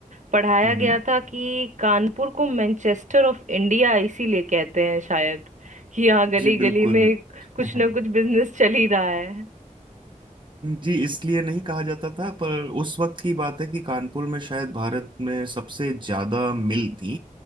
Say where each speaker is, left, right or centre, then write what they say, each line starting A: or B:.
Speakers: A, on the right; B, on the right.
A: पढ़ाया
B: हम्म
A: गया था कि कानपुर को मैनचेस्टर ऑफ इंडिया इसीलिए कहते हैं शायद कि यहाँ गली
B: जी
A: गली
B: बिल्कुल
A: में
B: <laughs>
A: कुछ ना कुछ बिजनेस चल ही रहा है
B: जी इसलिए नहीं कहा जाता था पर उस वक्त की बात है कि कानपुर में शायद भारत में सबसे ज्यादा मिल थी